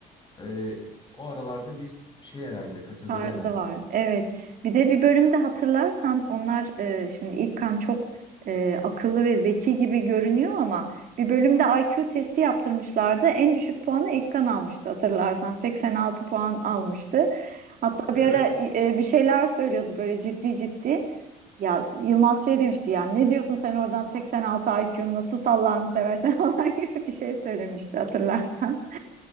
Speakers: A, on the left; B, on the right.
A: e, o aralarda bir şey herhalde, kategori
B: Tarzı
A: herhalde.
B: var. Evet. Bir de bir bölümde hatırlarsan onlar e, şimdi İlkan çok e, akıllı ve zeki gibi görünüyor ama bir bölümde IQ testi yaptırmışlardı. En düşük puanı İlkan almıştı hatırlarsan. 86 puan almıştı. Hatta
A: Evet.
B: bir ara e, bir şeyler söylüyordu böyle ciddi ciddi. Ya Yılmaz şey demişti ya ne diyorsun sen oradan 86 IQ'nla sus Allah'ını seversen <laughs> falan gibi bir şey söylemişti hatırlarsan.